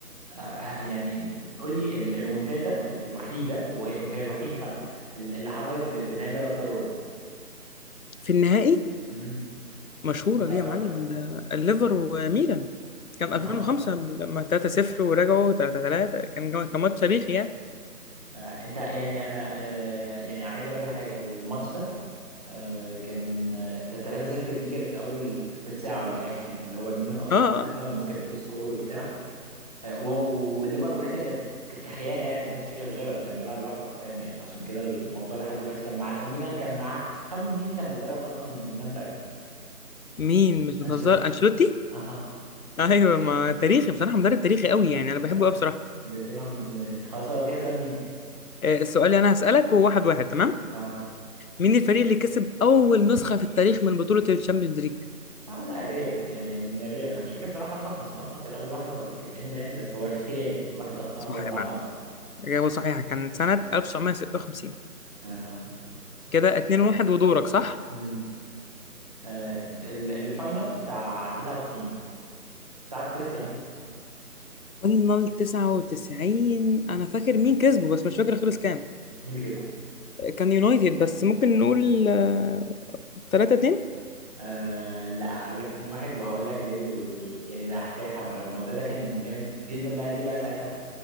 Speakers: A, on the right; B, on the left.
A: آه ه- يعني قول لي ال- الريمونتادا ال- الوحيده وهي, وهي الوحيده فعلا ال- اللي حصلت في في نهائي دوري ابطال اوروبا
B: في النهائي
A: امم
B: مشهورة دي
A: قوي
B: يا معلم
A: على فكره
B: ده الليفر وميلان كان
A: اها
B: 2005 لما 3-0 ورجعوا 3-3 كان جو- كان ماتش تاريخي يعني
A: آه انت يعني انا آه يعني عايز اقول لك على حاجه الماتش ده آه، كان 3 0 دي كانت في اول تلت ساعه ولا حاجه <laughs> يعني اللي هو الميلان اصلا
B: اه آه.
A: كانت داخله
B: آه.
A: والناس كانت بتقول سكور وبتاع آه، وهو- والليفر فرقتها كانت كانت كحيانه يعني ما كانش فيه غير جيرارد كان بيلعب لوحده حرفيا يعني فعشان كده الموضوع لحد دلوقتي كان مع وميلان كان معاه خمن مين كان بيدرب اصلا الميلان ساعتها
B: مين مش
A: انشيلوتي
B: بتهزر انشيلوتي
A: <laughs> آه،
B: ايوه ما تاريخي بصراحة مدرب تاريخي قوي يعني انا بحبه
A: آه،
B: قوي بصراحة
A: بيلعب من زمان خلاص هو كده سؤال مين
B: آه، السؤال اللي انا هسألك هو واحد واحد تمام
A: آه.
B: مين الفريق اللي كسب اول نسخة في التاريخ من بطولة الشامبيونز ليج
A: اه لا ريال يعني من الريال انا مش فاكر بصراحه 55 اصلا كانت اول واحده ولا كانت امتى يعني بس هو الريال واخد اصلا
B: صح
A: اول 4
B: يا معلم
A: 5
B: إجابة صحيحة كان سنة 1956
A: آه.
B: كده 2-1 ودورك صح
A: ده آه ال- الفاينل بتاع 99 تعرف خلص كام؟
B: فاينل 99 انا فاكر مين كسبه بس مش فاكر خلص كام
A: مين اللي كسب؟
B: كان يونايتد بس ممكن نقول آه، 3 2
A: آه لا هقول لك 2-1 وهقول لك ليه ال... يعني ده هحكي لك حبه الموضوع ده كان جامد جدا بقى ليه بقى ساعتها